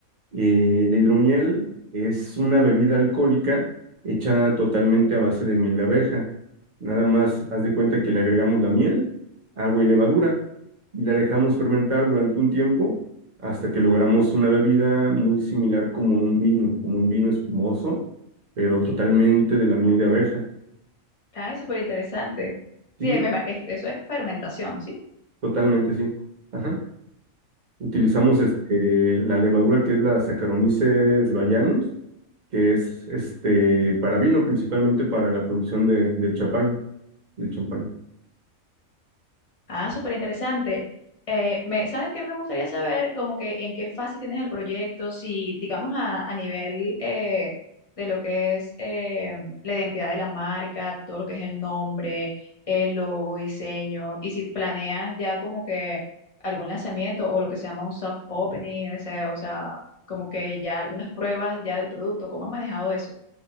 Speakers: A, on the right; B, on the left.
A: Eh, la hidromiel es una bebida alcohólica hecha totalmente a base de miel de abeja. Nada más haz de cuenta que le agregamos la miel, agua y levadura y la dejamos fermentar durante un tiempo hasta que logramos una bebida muy similar como un vino, como un vino espumoso, pero totalmente de la miel de abeja.
B: Ay, súper interesante.
A: Sí,
B: Sí, me ima- es- eso es fermentación, ¿sí?
A: totalmente sí. Ajá. Utilizamos este, la levadura que es la Saccharomyces bayanus, que es este, para vino, principalmente para la producción de, del champán, del champán.
B: Ah, súper interesante. Eh, me, ¿sabes qué? Me gustaría saber como que en qué fase tienes el proyecto, si digamos a, a nivel eh, de lo que es eh, la identidad de la marca, todo lo que es el nombre, el logo, diseño, y si planean ya como que algún lanzamiento o lo que se llama un soft opening, ese, o sea, como que ya algunas pruebas ya del producto, ¿cómo han manejado eso?